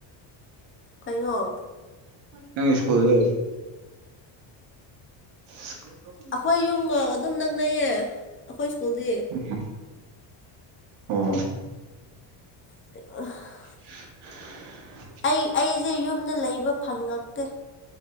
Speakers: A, on the left; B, on the right.
A: ꯀꯩꯅꯣ?
B: ꯅꯪꯒꯤ ꯁ꯭ꯀꯨꯜꯗꯤ <unintelligible>
A: ꯑꯈꯣꯏ ꯌꯨꯝꯒ ꯑꯗꯨꯝ ꯅꯛꯅꯩꯌꯦ ꯑꯈꯣꯏ ꯁ꯭ꯀꯨꯜꯗꯤ꯫
B: <unintelligible> ꯑꯣ
A: <unintelligible>
B: <unintelligible>
A: ꯑꯩ ꯑꯩꯁꯦ ꯌꯨꯝꯗ ꯂꯩꯕ ꯐꯪꯉꯛꯇꯦ꯫